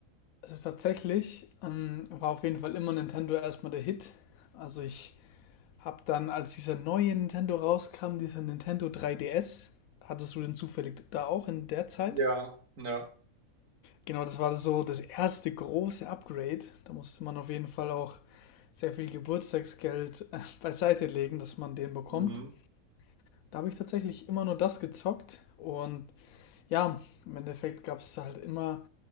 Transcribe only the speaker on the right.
Ja, ja.
Mhm.